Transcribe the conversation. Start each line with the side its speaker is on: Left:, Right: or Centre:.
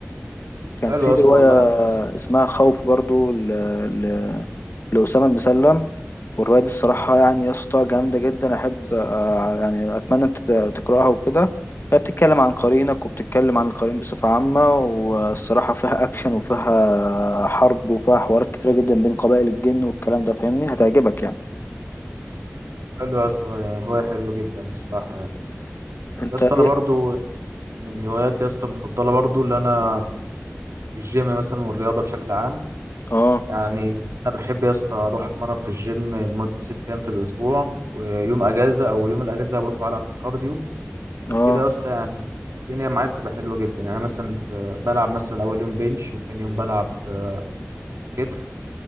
Left: كان
Right: حلو
Left: في
Right: يا
Left: رواية
Right: اسطى والله يعني
Left: اسمها خوف برضو ل... ل... لأسامة المسلم والرواية دي الصراحة يعني يا اسطى جامدة جدا أحب آه، يعني أتمنى أنت ت- تقرأها وكده هي بتتكلم عن قرينك وبتتكلم عن القرين بصفة عامة والصراحة فيها أكشن وفيها حرب وفيها حوارات كتيرة جدا بين قبائل الجن والكلام ده فاهمني هتعجبك يعني
Right: حلو يا اسطى والله، يعني هوايه حلوه جدا الصراحه يعني
Left: أنت
Right: يا اسطى
Left: إيه؟
Right: انا برضو من هواياتي يا اسطى المفضله برضو اللي انا الجيم مثلا والرياضه بشكل عام
Left: آه
Right: يعني انا بحب يا اسطى اروح اتمرن في الجيم لمده ست ايام في الاسبوع ويوم اجازه او يوم الاجازه ده بروح العب في كارديو وكده
Left: آه
Right: يا اسطى يعني الدنيا معايا بتبقى حلوه جدا يعني أنا مثلا في- بلعب مثلا اول يوم بنش وتاني يوم بلعب آه، كتف